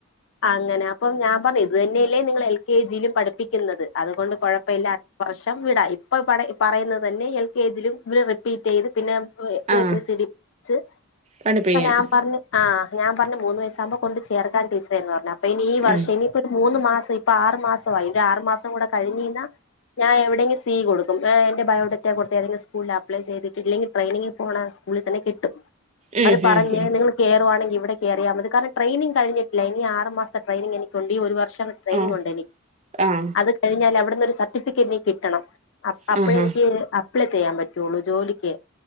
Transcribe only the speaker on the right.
ആഹ്
പഠിപ്പിക്കാം
ഉം
ഉം
ഉം ഉം ആഹ്
ആഹ് ആഹാ